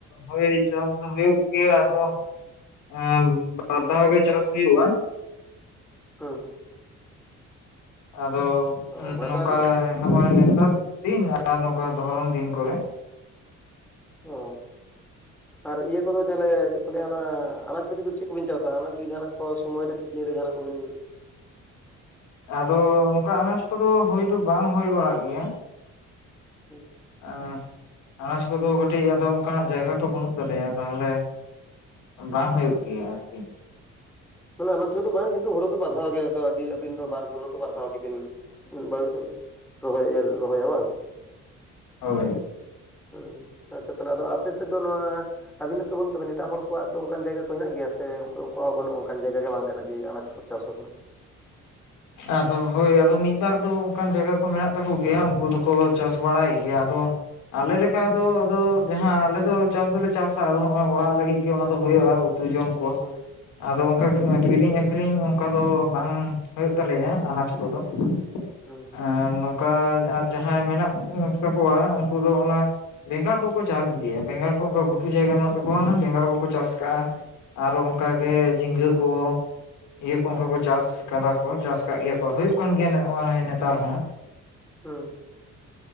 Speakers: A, on the left; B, in the centre.
A: ᱦᱳᱭ ᱪᱟᱥ ᱫᱚ ᱦᱩᱭᱩᱜ ᱜᱮᱭᱟ, ᱟᱫᱚ ᱟᱸ ᱵᱟᱨᱫᱷᱟᱣ ᱜᱮ ᱪᱟᱥ ᱦᱩᱭᱩᱜᱼᱟ᱾
B: ᱦᱩᱸ
A: ᱟᱫᱚ
B: ᱚ ᱵᱟᱨ
A: ᱱᱚᱝᱠᱟ
B: ᱫᱷᱟᱣ ᱜᱮ
A: ᱱᱚᱜ-ᱚᱭ ᱱᱮᱛᱟᱨ ᱫᱤᱱ ᱟᱨ ᱱᱚᱝᱠᱟ ᱫᱷᱚᱨᱚᱱ ᱫᱤᱱ ᱠᱚᱨᱮ
B: ᱚ ᱟᱨ ᱤᱭᱟᱹ ᱠᱚᱫᱚ ᱡᱟᱦᱚᱞᱮ ᱪᱮᱫ ᱠᱚ ᱞᱟᱹᱭᱟ ᱚᱱᱟ ᱟᱱᱟᱡᱽ ᱟᱨ ᱤᱭᱟᱹ ᱠᱚᱫᱚ ᱪᱮᱞᱮ ᱪᱮᱫ ᱠᱚ ᱞᱟᱹᱭᱟ ᱚᱱᱟ ᱟᱱᱟᱡᱽ ᱯᱟᱹᱛᱤ ᱠᱚᱫᱚ ᱪᱮᱫ ᱠᱚᱵᱤᱱ ᱪᱟᱥᱟ? ᱟᱱᱟᱡᱽ ᱠᱚ ᱡᱟᱦᱟᱱᱟᱜ ᱠᱚ ᱥᱚᱢᱚᱭ ᱨᱮ ᱥᱤᱡᱤᱱ ᱨᱮ ᱡᱟᱸᱦᱟᱱᱟᱜ ᱠᱚᱵᱤᱱ
A: ᱟᱫᱚ ᱱᱚᱝᱠᱟ ᱟᱱᱟᱪ ᱠᱚᱫᱚ ᱦᱩᱭ ᱫᱚ ᱵᱟᱝ ᱦᱩᱭ ᱵᱟᱲᱟᱜ ᱜᱮᱭᱟ᱾
B: ᱦᱩᱸ
A: ᱮᱸ ᱟᱱᱟᱡᱽ ᱠᱚᱫᱚ ᱠᱟᱹᱴᱤᱡ ᱟᱫᱚ ᱚᱝᱠᱟᱱᱟᱜ ᱡᱟᱭᱜᱟ ᱠᱚ ᱵᱟᱹᱱᱩᱜ ᱛᱟᱞᱮᱭᱟ ᱛᱟᱦᱞᱮ᱾ ᱵᱟᱝ ᱦᱩᱭᱩᱜ
B: ᱟᱪᱪᱷᱟ
A: ᱜᱮᱭᱟ ᱟᱨᱠᱤ᱾
B: ᱢᱟᱱᱮ ᱚᱱᱟᱱᱟᱡᱽ ᱠᱚ ᱫᱚ ᱵᱟᱝ ᱠᱤᱱᱛᱩ ᱦᱩᱲᱩ ᱫᱚ ᱵᱟᱨ ᱫᱷᱟᱣ ᱜᱮ ᱟᱫ ᱟᱹᱰᱤ ᱟᱵᱤᱱ ᱫᱚ ᱵᱟᱨ ᱫᱷᱟᱣ ᱜᱤᱵᱤᱱ ᱵᱟᱝ ᱨᱚᱦᱚᱭᱟ ᱮᱨ ᱨᱚᱦᱚᱭᱟ ᱵᱟᱝ?
A: ᱦᱳᱭ᱾
B: ᱦᱩᱸ, ᱟᱪᱪᱷᱟ ᱛᱟᱦᱞᱮ ᱟᱫᱚ ᱟᱯᱮᱥᱮᱡ ᱫᱚ ᱱᱚᱣᱟ ᱟᱵᱤᱱᱟᱜ ᱫᱚ ᱵᱟᱹᱱᱩᱜ ᱛᱟᱵᱮᱱᱟ᱾ ᱮᱴᱟᱜ ᱦᱚᱲ ᱠᱚᱣᱟᱜ ᱫᱚ ᱚᱝᱠᱟᱱ ᱡᱟᱭᱜᱟ ᱠᱚ ᱦᱮᱱᱟᱜ ᱜᱮᱭᱟ ᱥᱮ ᱩᱜᱠᱩᱣᱟᱜ ᱦᱚᱸ ᱵᱟᱹᱱᱩᱜᱼᱟ? <unintelligible> ᱡᱟᱭᱜᱟ ᱜᱮ ᱵᱟᱝ ᱠᱟᱱᱟ ᱡᱮ ᱟᱱᱟᱡᱽ ᱠᱚ ᱪᱟᱥ ᱨᱮᱱᱟᱜ᱾
A: ᱟᱫᱚ ᱦᱳᱭ᱾ ᱟᱫᱚ ᱢᱤᱫ-ᱵᱟᱨ ᱫᱚ ᱚᱱᱠᱟᱱ ᱡᱟᱭᱜᱟ ᱠᱚ ᱢᱮᱱᱟᱜ ᱛᱟᱠᱚ ᱜᱮᱭᱟ, ᱩᱝᱠᱩ ᱫᱚᱠᱚ ᱪᱟᱥ ᱵᱟᱲᱟᱭᱮᱫ ᱜᱮᱭᱟ᱾ ᱟᱫᱚ ᱟᱞᱮ ᱞᱮᱠᱟ ᱫᱚ ᱟᱫᱚ ᱡᱟᱦᱟᱸ ᱟᱞᱮ ᱫᱚ ᱪᱟᱥ ᱫᱚᱞᱮ ᱪᱟᱥᱟ ᱟᱫᱚ ᱦᱚᱸᱜᱚᱭ ᱚᱲᱟᱜ ᱞᱟᱹᱜᱤᱫ ᱜᱮ ᱚᱱᱟ ᱫᱚ ᱦᱩᱭᱩᱜᱼᱟ ᱩᱛᱩ ᱡᱚᱢ ᱠᱚ᱾
B: ᱦᱩᱸ
A: ᱟᱫᱚ ᱚᱝᱠᱟ
B: ᱦᱩᱸ
A: ᱠᱤᱨᱤᱧ ᱟᱹᱠᱷᱨᱤᱧ ᱚᱝᱠᱟ ᱫᱚ ᱵᱟᱝ ᱦᱩᱭᱩᱜ ᱛᱟᱞᱮᱭᱟ ᱟᱱᱟᱡᱽ ᱠᱚᱫᱚ,
B: ᱦᱩᱸ
A: ᱮᱱ ᱚᱝᱠᱟ ᱟᱨ ᱡᱟᱦᱟᱸᱭ ᱢᱮᱱᱟᱜ ᱛᱟᱠᱚᱣᱟ ᱩᱱᱠᱩ ᱫᱚ ᱚᱱᱟ ᱵᱮᱸᱜᱟᱲ ᱠᱚᱠᱚ ᱪᱟᱥ ᱜᱮᱭᱟ, ᱵᱮᱸᱜᱟᱲ ᱠᱚ ᱚᱝᱠᱟ ᱜᱷᱩᱴᱩ ᱡᱟᱭᱜᱟ ᱢᱮᱱᱟᱜ ᱛᱟᱠᱚᱣᱟ ᱚᱱᱟ ᱵᱮᱸᱜᱟᱲ ᱠᱚᱠᱚ ᱪᱟᱥ ᱠᱟᱜ-ᱟ᱾ ᱟᱨᱚ ᱚᱝᱠᱟ ᱜᱮ
B: ᱦᱩᱸ
A: ᱡᱷᱤᱸᱜᱟᱹ ᱠᱚ, ᱤᱭᱟᱹ ᱠᱚ ᱚᱝᱠᱟ ᱠᱚ ᱪᱟᱥ ᱠᱟᱫᱟ ᱠᱚ, ᱪᱟᱥ ᱠᱟᱜ ᱜᱮᱭᱟ ᱠᱚ᱾ ᱦᱩᱭᱩᱜ ᱠᱟᱱ ᱜᱮᱭᱟ ᱱᱚᱜ-ᱚᱭ ᱱᱮᱛᱟᱨ ᱦᱚᱸ᱾
B: ᱦᱩᱸ,